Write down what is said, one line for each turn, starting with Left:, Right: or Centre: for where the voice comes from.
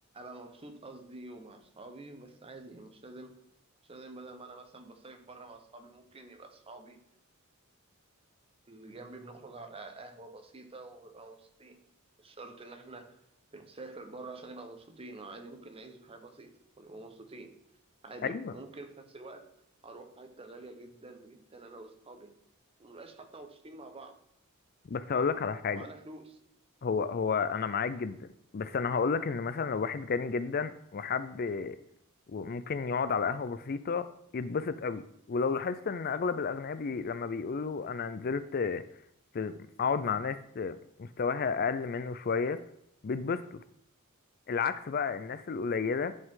Right: مبسوط قصدي ومع أصحابي بس عادي يعني مش لازم مش لازم بدل ما أنا مثلا بصيف بره مع أصحابي ممكن يبقى أصحابي اللي جنبي بنخرج على قهوة بسيطة ونبقى مبسوطين مش شرط إن إحنا بنسافر بره عشان نبقى مبسوطين وعادي ممكن نعيش حياة بسيطة ونبقى مبسوطين عادي
Left: ايوه
Right: وممكن في نفس الوقت أروح في حتة غالية جدا جدا أنا وأصحابي ومنبقاش حتى مبسوطين مع بعض
Left: بس هقول لك على حاجه
Right: ومعانا فلوس
Left: هو هو انا معاك جدا بس انا هقول لك ان مثلا لو واحد غني جدا وحب وممكن يقعد على قهوه بسيطه يتبسط قوي ولو لاحظت ان اغلب الاغنياء بي... لما بيقولوا انا نزلت في اقعد مع ناس مستواها اقل منه شويه بيتبسطوا العكس بقى الناس القليلة